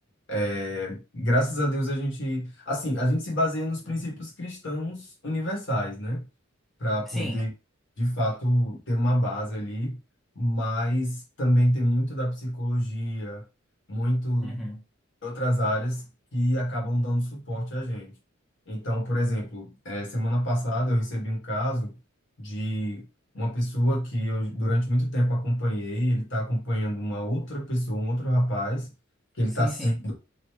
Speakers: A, on the left; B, in the centre.
A: É, graças a Deus a gente, assim, a gente se baseia nos princípios cristãos universais, né? para poder,
B: Sim.
A: de fato, ter uma base ali, mas também tem muito da psicologia, muito
B: Uhum.
A: de outras áreas que acabam dando suporte a gente. Então, por exemplo, eh, semana passada eu recebi um caso de uma pessoa que eu durante muito tempo acompanhei, ele está acompanhando uma outra pessoa, um outro rapaz, que ele
B: Sim,
A: está sendo
B: sim.